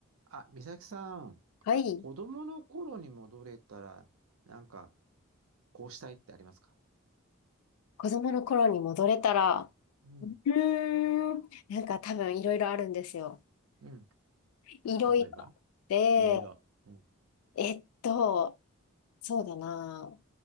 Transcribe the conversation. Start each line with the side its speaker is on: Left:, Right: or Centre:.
Right: あ、美咲さん、
Left: はい。
Right: 子供の頃に戻れたら、なんか、こうしたいってありますか
Left: 子供の頃に戻れたら、
Right: うん。
Left: うーん、なんか多分いろいろあるんですよ。
Right: うん。
Left: いろいろ。
Right: 例えば
Left: で、
Right: いろいろ。うん。
Left: えっと、そうだな。